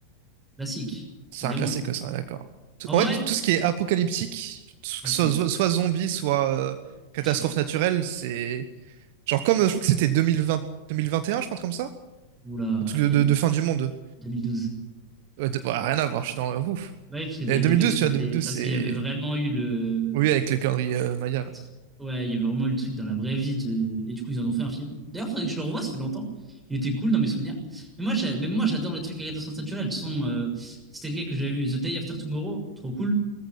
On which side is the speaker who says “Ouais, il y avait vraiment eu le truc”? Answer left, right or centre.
Centre